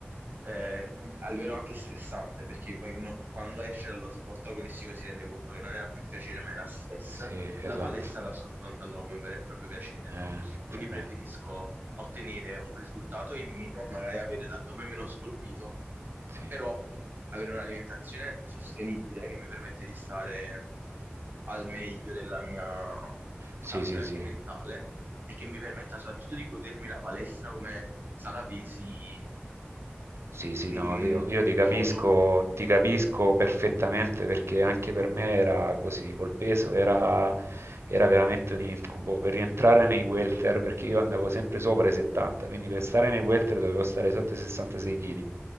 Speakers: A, on the right; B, on the right.
A: eh, a livello anche stressante, perché poi uno quando esce dallo sport agonistico si rende conto che non era più piacere ma era stress
B: sì, esatto,
A: la palestra la sto affrontando come un vero e proprio piacere,
B: eh,
A: quindi
B: fai
A: preferisco
B: bene,
A: ottenere un risultato in meno, magari avere l'addome meno scolpito,
B: sì,
A: però avere un'alimentazione sostenibile che mi permette di stare al meglio della mia
B: sì,
A: salute
B: sì,
A: anche
B: sì,
A: mentale e che mi permetta soprattutto di godermi la palestra come sala pesi
B: Sì, sì,
A: in,
B: no, io, io ti
A: in
B: capisco,
A: toto.
B: ti capisco perfettamente perché anche per me era così, col peso era, era veramente un incubo. Per rientrare nei welter, perché io andavo sempre sopra i 70, quindi per stare nei welter dovevo stare sotto i 66 kg